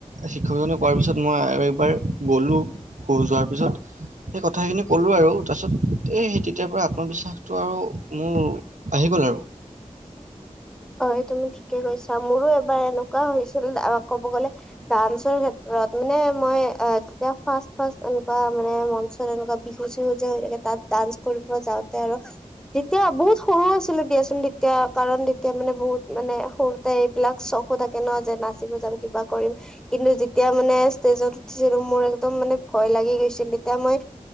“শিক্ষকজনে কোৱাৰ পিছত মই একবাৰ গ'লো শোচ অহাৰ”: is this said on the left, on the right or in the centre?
Right